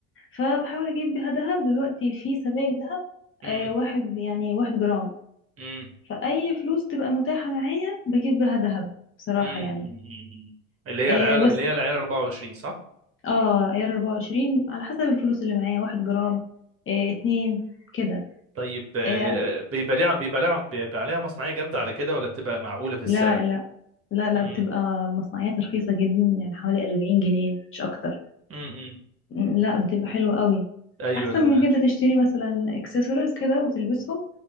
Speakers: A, on the left (about 30°); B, on the right (about 30°).
A: فبحاول اجيب بيها ذهب دلوقتي في سبائك ذهب
B: أمم،
A: آه، واحد يعني واحد جرام
B: أمم،
A: فأي فلوس تبقى متاحة معايا بجيب بها ذهب بصراحة
B: امم
A: يعني
B: أمم. اللي هي
A: إيه
B: العيار
A: بس
B: اللي هي العيار 24 صح
A: اه عيار 24 على حسب الفلوس اللي معايا واحد جرام إيه اتنين كده
B: طيب آه،
A: إيه
B: بيبقى ليها بيبقى ليها بيبقى عليها مصنعيه جامده على كده ولا بتبقى معقوله في السعر
A: لا لا لا لا
B: امم
A: بتبقى مصنعيات رخيصة جدا يعني حوالي 40 جنيه مش أكتر
B: امم
A: م، لا بتبقى حلوة قوي
B: ايوه
A: أحسن
B: أنا-
A: من
B: عارف.
A: إنك أنت تشتري مثلا اكسسوارز كده وتلبسهم